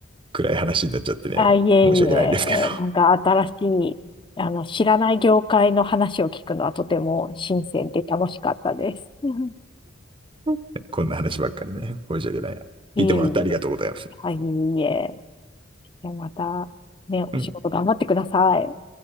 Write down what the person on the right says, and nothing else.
暗い話になっちゃってね、
申し訳ないんですけど、
<laughs> こんな話ばっかりね、申し訳ない。
聞いてもらってありがとうございます。
うん、